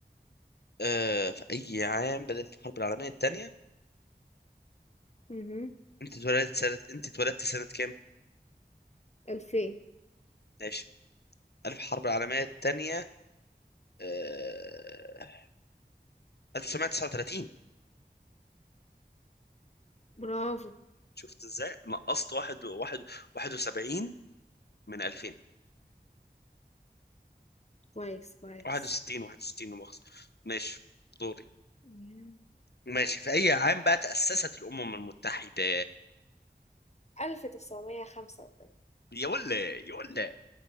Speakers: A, on the left; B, on the left.
A: آه في أي عام بدأت الحرب العالمية الثانية
B: اهم.
A: أنت اتولدت سنة أنت اتولدت سنة كام
B: 2000.
A: ماشي ألف حرب العالمية الثانية آه... 1939
B: برافو
A: شفت ازاي نقصت واحد واحد 71 من 2000
B: كويس كويس
A: 61 61 لا مؤاخذة ماشي دوري
B: مم.
A: ماشي في أي عام بقى تأسست الأمم المتحدة
B: ألف تسعمية خمسة وأربعين
A: يا ولا يا ولا